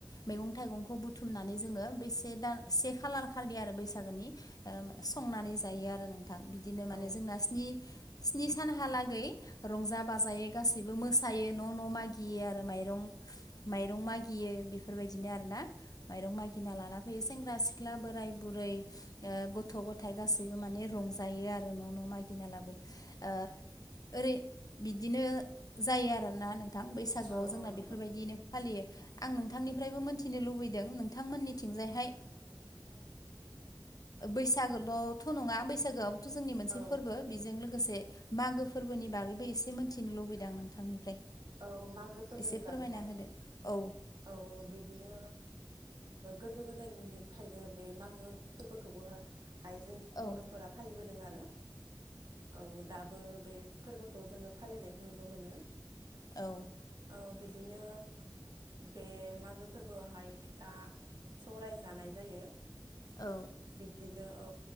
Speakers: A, on the left; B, on the right.
A: मैगं थायगंखौ बुथुमनानै जोङो बेसेबा से खालार खालि आरो बैसागोनि संनानै जायो आरो नों -थां बिदिनो माने
B: औ
A: जोंना स्नि नि सानहालागै रंजा बाजायै गासैबो मोसायो न' न' मागियो आरो माइ रं माइरं मागियो बेफोरबायदिनो आरोना माइरं मागिना लाना फैयो सेंग्रा सिख्ला बोराइ बुरै गथ' गथाइ गासैबो माने रंजायो आरो न' न' मागिना लाबो ओ ओरै बिदिनो जायो आरोना नों थां बैसागुआव
B: औ
A: जोंना
B: औ नंगौ
A: बेफोरबायदिनो फालियो आं नोंथांनिफ्रायबो
B: औ
A: मोनथिनो लुबैयो लुबैदों नोंथांमोननिथिंजायहाय बैसागोल'थ' नङा बैसागोआथ' जोंनि मोनसे
B: औ
A: फोरबो बेजों लोगोसे मागो फोरबोनि बागैबो एसे मिथिनो लुबैदों आं नोंथांनिफ्राय
B: औ मागो फोरबोनि
A: एसे फोरमायना
B: बागैहाय
A: होदो औ
B: औ बिदिनो गोदो गोदायनिफ्रायनो बे मागो फोरबोखौबोहाय हाय जों
A: औ
B: बर'फोरा फालिबोदों आरो औ दाब बो बे फोरबोखौ जोङो फालिनायखौ नुनो मोनो।
A: औ।
B: ओ बिदिनो बे मागो फोरबोआवहाय फिथा सौराय जानाय जायो।
A: औ
B: बिदिनो औ